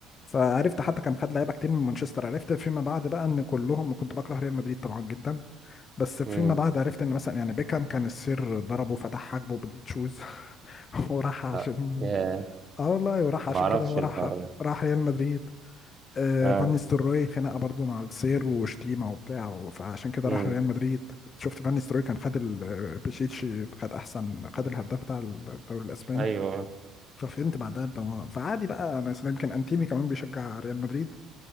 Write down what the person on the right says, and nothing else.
امم
آه. آه.
ما اعرفش
الحوار
ده
اه
امم
ايوه